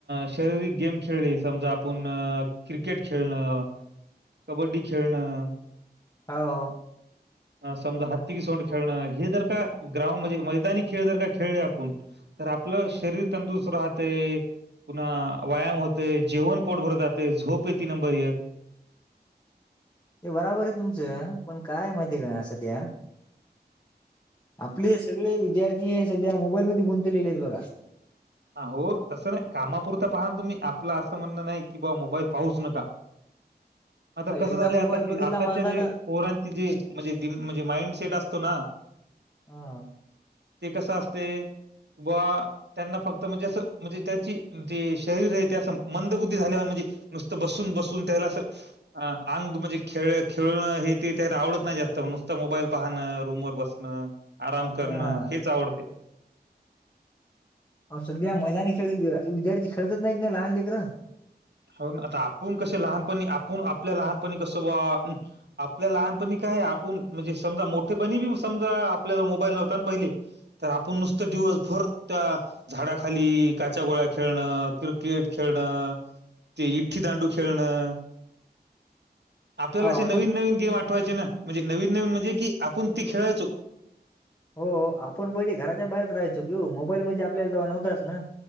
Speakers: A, on the right; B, on the left.
A: शारीरिक गेम खेळले समजा आपण क्रिकेट खेळणं कबड्डी खेळणं.
B: हो हो
A: समजा हत्ती की सोंड खेळणं हे जर का ग्राउंड म्हणजे मैदानी खेळ जर का खेळले आपण तर आपलं शरीर तंदुरुस्त राहते पुन्हा व्यायाम होतय जेवण पोटभर जातय झोप य ती नंबर एक
B: हे बराबर आहे तुमचं पण काय माहितीय का सध्या आपले सगळे विद्यार्थी हे सध्या मोबाईलमध्ये गुंतलेले आहेत बघा
A: ह हो तसं नाही कामापुरता पाहा तुम्ही आपलं असं म्हणणं नाही की बा मोबाईल पाहूच नका.
B: <inaudible>
A: मता
B: एकदा
A: कसं झालं
B: मोबाईल
A: आताची
B: बघितला
A: आताच्या
B: माणसानं
A: जे पोरांची जे म्हणजे म्हणजे माइंडसेट असतो ना.
B: हा
A: ते कसं असते बा त्यांना फक्त म्हणजे असं म्हणजे त्याची जे शरीर आहे त्या मंदबुद्धी झाल्यावर म्हणजे नुसतं बसून बसून त्याला अ अंग म्हणजे खेळ खेळणं हे ते तरी आवडत नाही जास्त नुसतं मोबाईल पाहणं रूमवरर बसत आराम करणं
B: हा
A: हेच आवडत
B: सध्या मैदानीने खेळ विद्यार्थी खेळत नाहीत ना लहान लेक्रं
A: हो ना आता आपण कसे लहानपणी आपण आपल्या लहानपणी कसं बा आपल्या लहानपणी काय आहे आपण म्हणजे समजा मोठेपणी बी समजा आपल्याला मोबाईल नव्हता आणि पहिले तर आपण नुसतं दिवसभर त्या झाडाखाली काच्या गोळ्या खेळणं क्रिकेट खेळणं. ते इठ्ठी दांडू खेळणं आपल्याला
B: अहो
A: असे
B: आपण
A: नवीन नवीन गेम आ ठवायचे ना म्हणजे नवीन नवीन म्हणजे की आपण ती खेळायचो
B: हो आपण पहिली घराच्या बाहेरच राहायचो कीऊ मोबाईल म्हणजे आपल्याला त नव्हताच ना